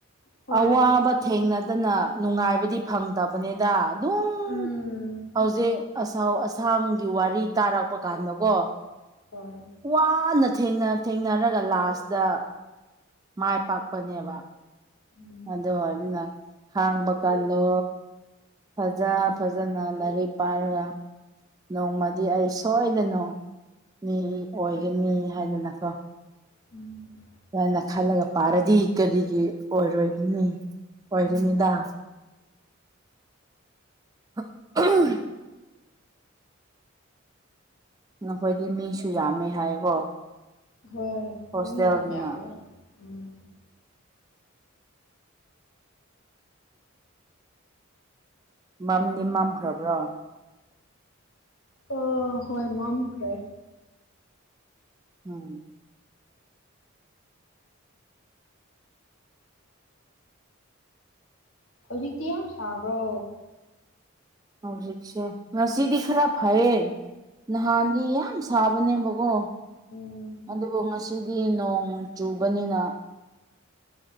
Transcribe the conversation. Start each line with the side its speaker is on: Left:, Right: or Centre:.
Left: ꯍꯣꯏ
Right: ꯑꯋꯥꯕ ꯊꯦꯡꯅꯗꯅ ꯅꯨꯡꯉꯥꯏꯕꯗꯤ ꯐꯪꯗꯕꯅꯤꯗ ꯑꯗꯨꯝ
Left: ꯎꯝ
Right: ꯍꯧꯖꯤꯛ ꯑꯁꯥꯎ ꯑꯁꯥꯡꯒꯤ ꯋꯥꯔꯤ ꯇꯥꯔꯛꯄ ꯀꯥꯟꯗꯀꯣ
Left: ꯍꯣꯏ
Right: ꯋꯥꯅ ꯊꯦꯡꯅ ꯊꯦꯡꯅꯔꯒ ꯂꯥꯁꯇ ꯃꯥꯏ ꯄꯥꯛꯄꯅꯦꯕ
Left: ꯎꯝ
Right: ꯑꯗꯨ ꯑꯣꯏꯕꯅ ꯈꯥꯡꯕ ꯀꯜꯂꯣ ꯐꯖ ꯐꯖꯅ ꯂꯥꯏꯔꯤꯛ ꯄꯥꯔꯒ ꯅꯣꯡꯃꯗꯤ ꯑꯩ ꯁꯣꯏꯗꯅ ꯃꯤ ꯑꯣꯏꯒꯅꯤ ꯍꯥꯏꯗꯅꯀꯣ
Left: ꯎꯝ
Right: ꯁꯝꯅ ꯈꯜꯂꯒ ꯄꯥꯔꯗꯤ ꯀꯔꯤꯒꯤ ꯑꯣꯏꯔꯣꯏꯅꯤ ꯑꯣꯏꯒꯅꯤꯗ
Left: ꯎꯝ
Right: <inaudible> ꯅꯈꯣꯏꯗꯤ ꯃꯤꯁꯨ ꯌꯥꯝꯃꯦ ꯍꯥꯏꯀꯣ
Left: ꯍꯣꯏ
Right: ꯍꯣꯁꯇꯦꯜꯗꯨꯅ
Left: ꯃꯤ ꯌꯥꯝ ꯌꯥꯝꯃꯦ ꯎꯝ
Right: ꯃꯝꯅꯤ ꯃꯝꯈ꯭ꯔꯕ꯭ꯔꯣ
Left: ꯑ ꯍꯣꯏ ꯃꯝꯈ꯭ꯔꯦ
Right: ꯎꯝ
Left: ꯍꯧꯖꯤꯛꯇꯤ ꯌꯥꯝ ꯁꯥꯕ꯭ꯔꯣ
Right: ꯍꯧꯖꯤꯛꯁꯦ ꯉꯁꯤꯗꯤ ꯈꯔ ꯐꯩꯌꯦ ꯅꯍꯥꯟꯗꯤ ꯌꯥꯝ ꯁꯥꯕꯅꯦꯕꯀꯣ
Left: ꯎꯝ
Right: ꯑꯗꯨꯕꯨ ꯉꯁꯤꯗꯤ ꯅꯣꯡ ꯆꯨꯕꯅꯤꯅ